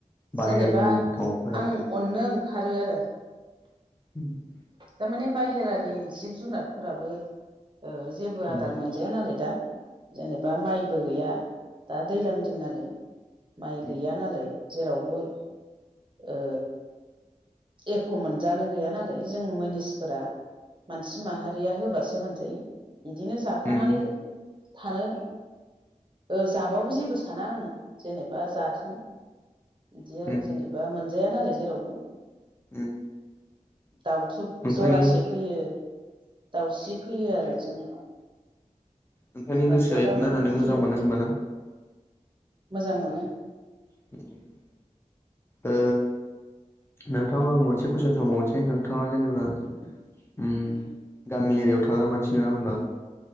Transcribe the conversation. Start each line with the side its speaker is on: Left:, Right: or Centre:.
Right: जेनेबा
Left: बाहेरनि दाउफोरा
Right: आं अननो ओंखारो आरो
Left: <unintelligible>
Right: तारमाने बाहेरानि जिब जुनारफोराबो ओ जेबो आदार
Left: उम
Right: मोन गैया नालाय दा जेनेबा माइबो गैया दा दैलां दिन नालाय माइ
Left: उम
Right: गैया नालाय जेरावबो ओ एख' मोनजानो गैया नालाय जों मोनिसफोरा मानसि माहारिया होबासो मोनजायो। इदिनो जाफानानै
Left: उम
Right: थानो ओ जाबाबो जेबो साना आङो जेनेबा जाथ इदि
Left: उम
Right: आरो
Left: उम
Right: जेनेबा मोनजाया नालाय जेरावबो।
Left: उम।
Right: दाउथुब
Left: नोंथांनि
Right: जरासे फैयो, दाउस्रि फैयो आरो जोंहानाव।
Left: नोंथांनि
Right: मोनजादावनायखौ
Left: गोसोआ इखो नायनानै
Right: फैयो
Left: मोजां
Right: आरो
Left: मोनो होमबाना!
Right: मोजां मोनो।
Left: <unintelligible> ओ नोंथां आं मोनसे कुइसन सोंबावनोसै नोंथाङा जेनेबा उम
Right: <unintelligible>
Left: गामि एरियायाव थाग्रा मानसि नङा होमबा!